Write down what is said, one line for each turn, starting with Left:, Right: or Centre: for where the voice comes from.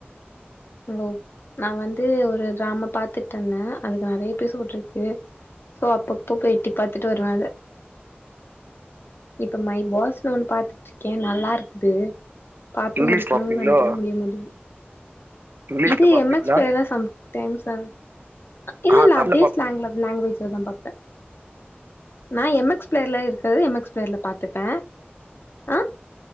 Left: ஓ நா வந்து ஒரு டிராமா பாத்துட்ருந்தே அதுக்கு நெறைய பேஸ் வுட்ருக்கு சோ அப்பப்ப போய் எட்டி பாத்துட்டு வருவே அத இப்ப மை பாஸ்னு ஒண்ணு பாத்துட்ருக்கே நல்லா இருக்குது பாத்து
Right: இங்கிலீஷ்
Left: முடிக்கணுன்
Right: பாப்பீங்களோ
Left: நெனைக்கிறே முடிய மாடிங்குது
Right: இங்கிலீஷ்ல
Left: இது
Right: பாப்பீங்களா
Left: எம் எக்ஸ் பிளேயர்ல சம் டைம்ஸ் ச இல்ல
Right: ஆ
Left: இல்ல
Right: தமிழ்ல
Left: அதே
Right: பாப்பே
Left: ஸ்லாங்ல லாங்வேஜ்லதா பாப்பே நா எம் எக்ஸ் பிளேயர்ல இருக்றது எம் எக்ஸ் பிளேயர்ல பாத்துப்பே ஆ